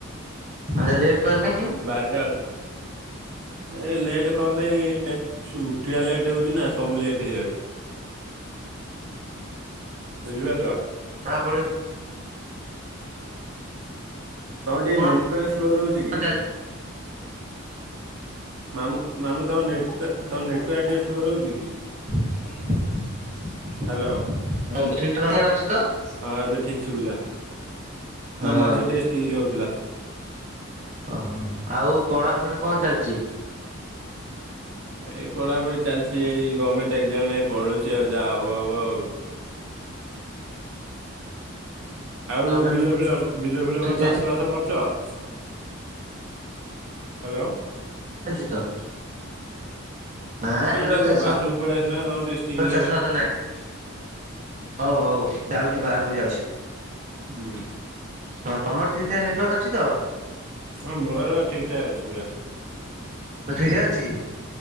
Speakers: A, on the right (about 35°); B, on the right (about 80°).
A: ଆ ଲେଟ୍ କଣ ପାଇଁ?
B: ବାରଟା ବେଳ ଏ ଲେଟ୍ କଣ ପାଇଁ ଉଠିବା ଲେଟ୍ ହଉଛି ନା ସବୁ ଲେଟ୍ ହେଇଯାଉଛି। ବୁଝିପାରଛ?
A: <inaudible>
B: ତମ ଟିକେ
A: କଣ
B: ନେଟୱାର୍କ୍ ସ୍ଲୋ ରହୁଛି କି?
A: ଚାଲିଛି?
B: ମାମଁ ମାମୁ ତମ ତମ ନେଟୱାର୍କ ଟିକେ ସ୍ଲୋ ରହୁଛି କି?
A: <unintelligible>
B: ହ୍ୟାଲୋ ହଁ ଏବେ ଠିକ ସୁଭିଲା।
A: ହଁ
B: ନା ମଝିରେ ଟିକେ <inaudible> ହଉଥିଲା।
A: ଓହୋ ଆଉ ପଢାପଢି କଣ ଚାଲିଛି?
B: ଏଇ ପଢାପଢି ଚାଲିଛି ଏଇ ଗଭର୍ଣମେଣ୍ଟ ଏକ୍ଜାମ ନାଇଁ ପଢୁଛି ଆଉ ଯାହା ହବ ହବ ଆଉ। ଆଉ
A: ତମର
B: ବିଲ ଫିଲ ବିଲ ଫିଲ
A: ଠିକ୍
B: କଣ
A: ଠାକ୍
B: ଚାଷ ଚାସ ବାସ କରୁଛ ହ୍ୟାଲୋ।
A: ଚାଲିଛି ତ। <inaudible>
B: ତମେ ଟିକେ ବାହାରକୁ ପଳେଇ ଆସୁନା ତମର ଟିକେ ଷ୍ଟିଲ୍ ହେଲା।
A: ଚାଷବାଷ ନାଇଁ। ହଉ ହଉ ଯାଉଛି ବାହାରକୁ ଯାଉଛି।
B: ହୁଁ।
A: ହଁ ତମର ଠିକ ଟା ନେଟୱାର୍କ ଅଛି ତ?
B: ହଁ ମୋହର ଠିକ୍ ଠାକ୍ ଅଛି ପୁରା।
A: <inaudible> ଅଛି